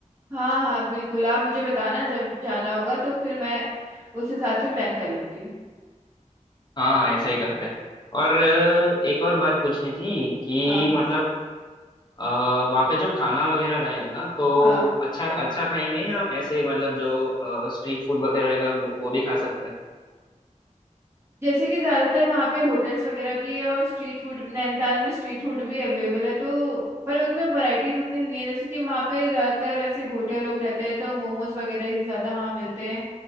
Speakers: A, on the right; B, on the left.
A: हाँ हाँ बिल्कुल आप मुझे बताना जब जाना होगा तो फिर मैं उस हिसाब से प्लान कर लूंगी
B: हाँ ऐसा ही करते हैं और अ, एक और बात पूछनी थी कि
A: हाँ
B: मतलब आ, वहाँ पे जो खाना वगैरह रहेगा ना तो
A: हाँ
B: अच्छा अच्छा खाएंगे या ऐसे ही मतलब जो स्ट्रीट फूड वगैरह रहेगा वो, वो भी खा सकते हैं
A: जैसे कि ज्यादातर वहाँ पे होटल्स वगैरह भी है और स्ट्रीट फूड नैनीताल में स्ट्रीट फूड भी अवेलेबल है तो पर उसमें वैरायटीज उतनी नहीं है जैसे कि वहाँ पे ज्यादातर वैसे भोटिया लोग रहते हैं तो मोमोज वगैरह ही ज्यादा वहाँ मिलते हैं